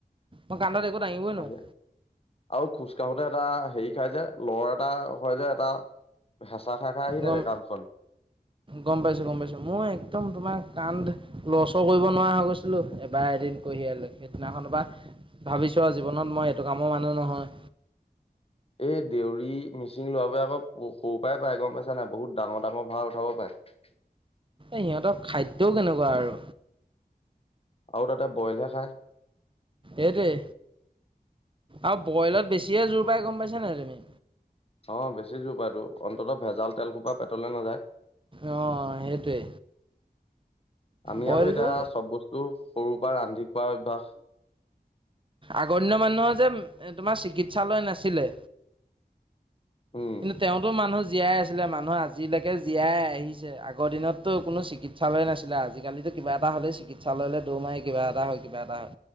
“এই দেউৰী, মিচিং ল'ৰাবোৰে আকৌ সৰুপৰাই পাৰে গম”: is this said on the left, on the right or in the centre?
Left